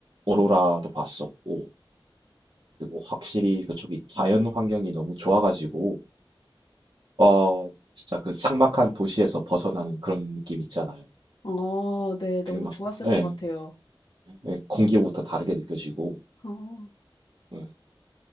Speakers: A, on the right; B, on the left.
A: 오로라도 봤었고 그리고 확실히 그쪽이 자연 환경이 너무 좋아 가지고 어 진짜 그 삭막한 도시에서 벗어나는 그런 느낌 있잖아요.
B: 어, 네. 너무
A: 되게 막,
B: 좋았을
A: 어,
B: 것
A: 예,
B: 같아요.
A: 예, 공기부터 다르게 느껴지고,
B: 어,
A: 예.